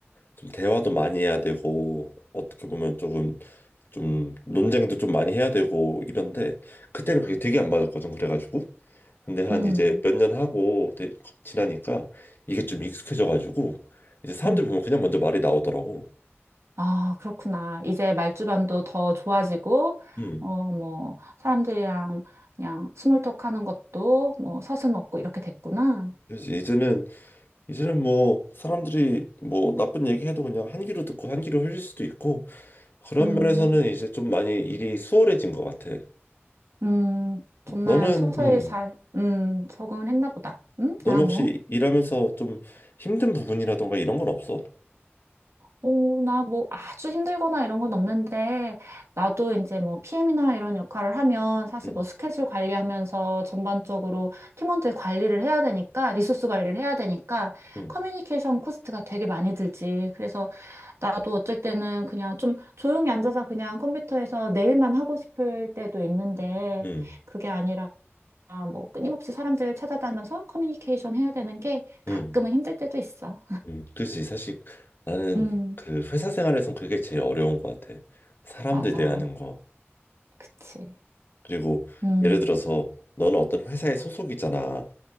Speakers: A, on the left (about 50°); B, on the right (about 75°).
A: 좀 대화도 많이 해야 되고 어떻게 보면 조금 좀 논쟁도 좀 많이 해야 되고 이런데 그때는 그게 되게 안 맞았거든. 그래가지고. 근데 한
B: 음,
A: 이제 몇 년 하고 되- 지나니까 이게 좀 익숙해져가지고 이제 사람들
B: 음.
A: 보면 그냥 먼저 말이 나오더라고.
B: 아, 그렇구나. 이제 말주변도 더 좋아지고,
A: 음.
B: 어, 뭐, 사람들이랑 그냥 스몰톡 하는 것도 뭐 서슴없고 이렇게 됐구나.
A: 그래서 이제는 이제는 뭐 사람들이 뭐 나쁜 얘기해도 그냥 한 귀로 듣고 한 귀로 흘릴 수도 있고 그런
B: 음.
A: 면에서는 이제 좀 많이 일이 수월해진 것 같아.
B: 음, 정말
A: 너는
B: 서서히
A: 음
B: 잘, 음, 적응을 했나 보다. 음,
A: 너는
B: 나 뭐,
A: 혹시 일하면서 좀 힘든 부분이라던가 이런 건 없어?
B: 어, 나 뭐 아주 힘들거나 이런 건 없는데, 나도 이제 뭐 PM이나 이런 역할을 하면 사실
A: 응
B: 뭐 스케줄 관리하면서 전반적으로 팀원들 관리를 해야 되니까, 리소스 관리를 해야 되니까,
A: 응
B: 커뮤니케이션 코스트가 되게 많이 들지. 그래서 나도 어쩔 때는 그냥 좀 조용히 앉아서 그냥 컴퓨터에서 내일만 하고 싶을 때도 있는데,
A: 응
B: 그게 아니라 아, 뭐 끊임없이 사람들 찾아다니면서 커뮤니케이션 해야 되는 게 가끔은
A: 응
B: 힘들 때도 있어.
A: 음, 그치. 사실 나는
B: 음,
A: 그 회사 생활에선 그게 제일 어려운 것 같아. 사람들
B: 맞아.
A: 대하는 거.
B: 그치.
A: 그리고
B: 음,
A: 예를 들어서 너는 어떤 회사에 소속이잖아.